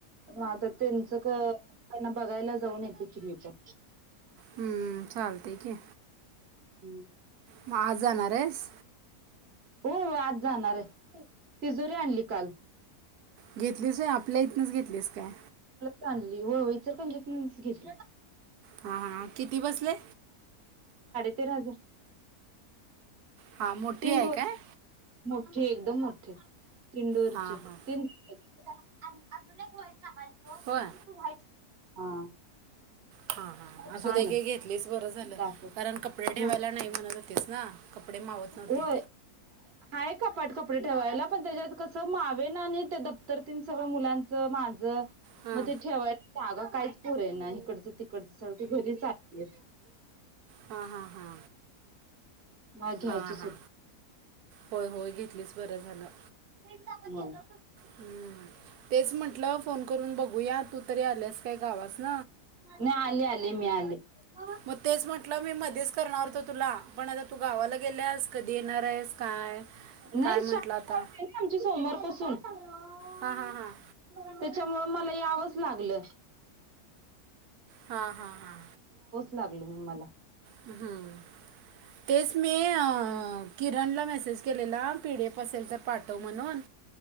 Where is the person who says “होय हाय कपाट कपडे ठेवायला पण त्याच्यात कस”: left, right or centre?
Right